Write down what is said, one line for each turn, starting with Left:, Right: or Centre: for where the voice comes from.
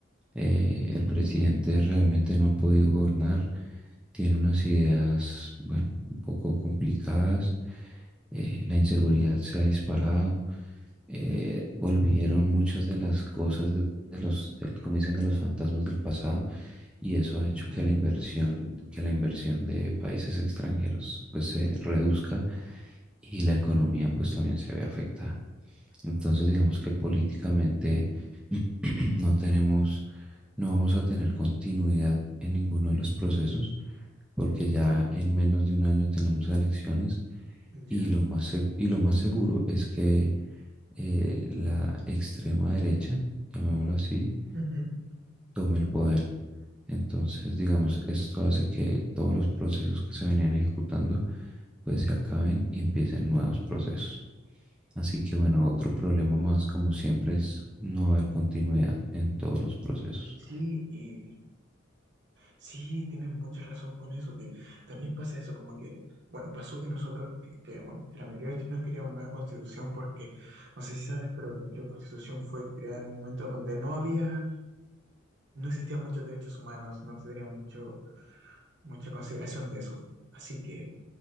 Centre: Eh, el presidente realmente no ha podido gobernar. Tiene unas ideas, bueno, un poco complicadas. eh, la inseguridad se ha disparado eh, volvieron muchas de las cosas de, de los, del- como dicen, de los fantasmas del pasado y eso ha
Right: ujú,
Centre: hecho que la inversión, que la inversión de países extranjeros pues se reduzca y la economía pues también se ve afectada. Entonces digamos que políticamente <clears throat> no tenemos, no vamos a tener continuidad en ninguno de los procesos porque
Right: ujú,
Centre: ya en menos de un año tenemos elecciones y
Right: Ya.
Centre: lo más, seg- y lo más seguro es que eh, la extrema derecha, llamémoslo así,
Right: Ujú.
Centre: tome el poder. Entonces, digamos, esto hace que todos los procesos que se venían ejecutando pues se acaben y empiecen nuevos procesos. Así que bueno, otro problema más como siempre es no haber continuidad en todos los procesos.
Right: Sí, y sí, tienes mucha razón con eso, que también pasa eso, como que, bueno, pasó que nosotros, que, que, bueno, que la mayoría de los chilenos querían una nueva constitución porque, no sé si sabes, pero la anterior constitución fue creada en un momento donde no había, no existían muchos derechos humanos, no se tenía mucho, mucha consideración de esos. Así que